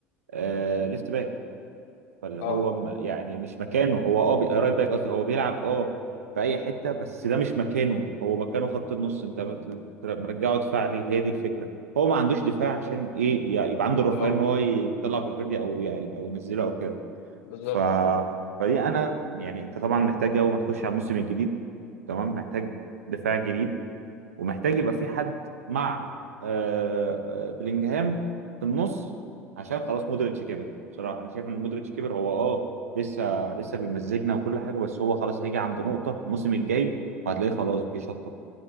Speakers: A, on the right (about 75°); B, on the left (about 65°).
A: آه، ليفت باك فاللي
B: اه
A: هو م- يعني مش مكانه هو اه بي- رايت باك قصدي هو بيلعب اه في اي حته بس ده مش مكانه هو مكانه خط النص انت مت- مرجعه دفاع ليه هي دي الفكره هو ما عندوش دفاع عشان ايه يعني يبقى عنده الرفاهيه
B: اه
A: ان هو يطلع فالفيردي او يعني او ينزله او كده
B: بالظبط
A: ف فدي انا يعني انت طبعا محتاج اول ما تخش على الموسم الجديد تمام محتاج دفاع جديد ومحتاج يبقى في حد مع آه، آه، بلينجهام في النص عشان خلاص مودريتش كبر بصراحه انا شايف ان مودريتش كبر هو اه لسه لسه بيمزجنا وكل حاجه بس هو خلاص هيجي عند نقطه الموسم الجاي وهتلاقيه خلاص بيشطب